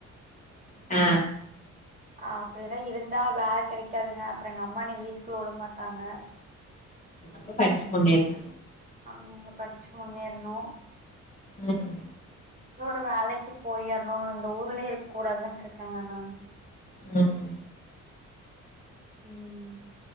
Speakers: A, on the left; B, on the right.
A: அ
B: அ அப்டி எதா இருந்தா வேல கெடைக்காதுங்க அப்றோ எங்க அம்மா என்னிய வீட்டுக்குள்ள உட மாட்டாங்க
A: இப்ப படிச்சி முன்னேருன
B: ஆமாங்க படிச்சி முன்னேறணு
A: ம்
B: ஒரு வலைக்கி போயிர்ணு இந்த ஊர்லே இருக்க கூடாதுன்ட்டு இருக்கங்க நானு
A: ம்
B: ம்